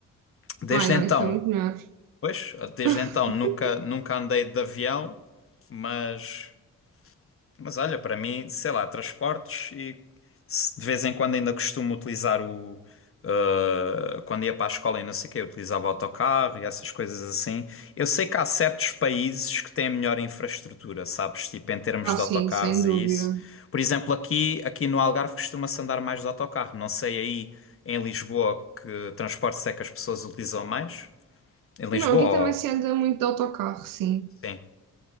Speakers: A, on the left; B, on the right.
A: Desde
B: Ai, não,
A: então,
B: isso foi muito melhor.
A: pois, desde
B: <laughs>
A: então nunca, nunca andei de avião, mas. Mas olha, para mim, sei lá, transportes e se- de vez em quando ainda costumo utilizar o. uh, quando ia para a escola e não sei o quê, eu utilizava autocarro e essas coisas assim. Eu sei que há certos países que têm melhor infraestrutura, sabes? Tipo, em termos
B: Ah,
A: de
B: sim,
A: autocarros
B: sem dúvida.
A: e isso. Por exemplo, aqui, aqui no Algarve costuma-se andar mais de autocarro. Não sei aí em Lisboa que transportes é que as pessoas utilizam mais. Em Lisboa,
B: Não, aqui também
A: ou...
B: se anda muito de autocarro, sim.
A: sim.